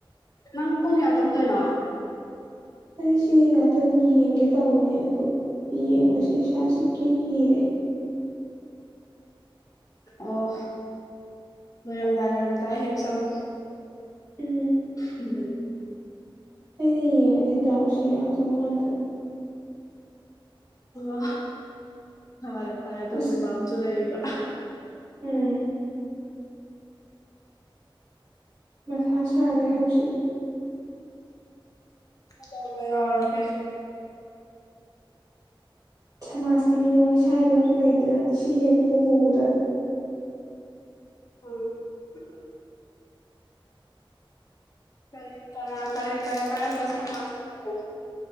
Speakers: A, on the left; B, on the right.
A: ꯅꯪ ꯄꯨꯡ ꯀ꯭ꯌꯥꯗ ꯇꯨꯝꯗꯣꯏꯅꯣ
B: ꯑꯩ ꯁꯤ ꯉꯥꯛꯇꯪ ꯌꯦꯡꯒꯦ ꯇꯧꯝꯅꯦ ꯑꯗꯨ ꯌꯦꯡꯕꯁꯤ ꯏꯁꯥꯁꯤ ꯏꯀꯤ ꯀꯤꯔꯦ
A: ꯑꯣ ꯂꯣꯏꯔꯝꯗꯥꯏ ꯂꯣꯏꯔꯝꯗꯥꯏ ꯍꯦꯛ ꯆꯪ
B: ꯎꯝ
A: <unintelligible>
B: ꯑꯩꯅ ꯌꯦꯡꯉꯗꯤ ꯗꯥꯎꯁꯤ ꯌꯥꯗꯧ ꯃꯥꯥꯟꯗ꯭ꯕ
A: ꯑꯣ ꯐꯔꯦ ꯐꯔꯦ ꯑꯗꯨꯒꯨꯝꯕꯝꯁꯨ
B: ꯑꯁ
A: ꯂꯩꯕꯔꯥ
B: ꯎꯝ ꯃꯊꯥ ꯁꯥꯔꯦ ꯍꯧꯖꯤꯛ
A: ꯀꯩꯗꯧꯕ ꯌꯥꯎꯔꯒꯦ
B: ꯁꯃꯥꯖꯀꯤ ꯃꯤꯅꯣꯛ ꯃꯩꯁꯥ ꯍꯥꯏꯕꯝꯁꯨ ꯂꯩꯗꯅ ꯁꯤ ꯍꯦꯛ ꯄꯣꯍꯧꯕꯗ
A: <unintelligible> ꯀꯔꯤ ꯀꯅꯥ ꯀꯔ ꯀ ꯀꯔꯝꯕ ꯁꯃꯥꯖꯅꯅꯣ